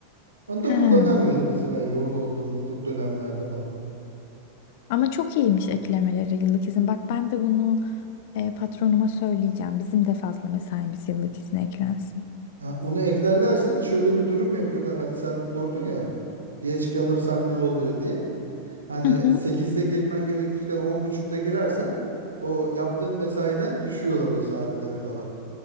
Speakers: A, on the right; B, on the left.
A: Onu da
B: He.
A: kullanamıyoruz mesela yoğun olduğumuz dö- dönemlerde falan.
B: Ama çok iyiymiş eklemeleri yıllık izin. Bak ben de bunu e, patronuma söyleyeceğim. Bizim de fazla mesaimiz yıllık izne eklensin.
A: Ha, onu eklerlerse de şöyle bir durum yapıyorlar. Hani sen sordun ya geç kalırsan ne oluyor diye. Hani
B: Hı hı.
A: sekizde girmen gerekirken on buçukta girersen o yaptığın mesaiden düşüyorlar o saatleri falan.